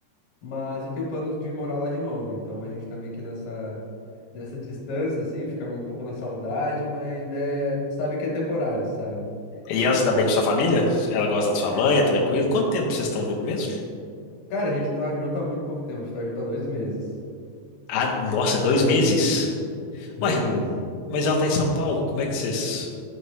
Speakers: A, on the left; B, on the left.
A: Mas eu tenho planos de morar lá de novo. Então a gente tá meio que nessa, nessa distância, assim, fica um pouco na saudade, mas é, a gente sabe que é temporário, sabe?
B: E ela se
A: Então.
B: dá bem com sua família? Ela gosta de sua mãe, é tranquilo? Quanto tempo vocês estão juntos mesmo?
A: Cara, a gente tá junto há muito pouco tempo, a gente tá junto há dois meses.
B: Ah, nossa, dois meses?
A: Dois
B: Ué,
A: meses.
B: Mas ela está em São Paulo. Como é que vocês